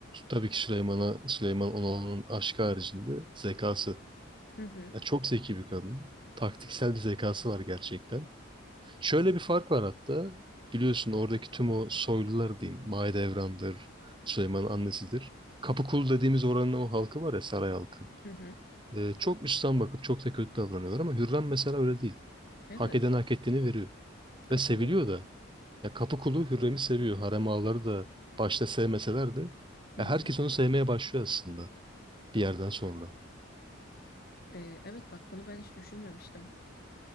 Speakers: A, on the right; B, on the left.
A: tabii ki Süleyman'a Süleyman Onal'ın aşkı haricinde zekası.
B: Hı hı,
A: Ya çok zeki bir kadın. Taktiksel bir zekası var gerçekten. Şöyle bir fark var hatta. Biliyorsun oradaki tüm o soylular diyeyim. Mahidevran'dır, Süleyman'ın annesidir. Kapıkulu dediğimiz oranın o halkı var ya saray halkı.
B: hı hı.
A: Ee, çok üstten bakıp çok da kötü davranıyorlar ama Hürrem mesela öyle değil.
B: Evet,
A: Hak eden hak ettiğini veriyor.
B: katılıyorum.
A: Ve seviliyor da. Ya kapı kulu Hürrem'i seviyor. Harem ağaları da başta sevmeseler de
B: Hı
A: ya
B: hı.
A: herkes onu sevmeye başlıyor aslında bir yerden sonra.
B: Ee, evet bak bunu ben hiç düşünmemiştim.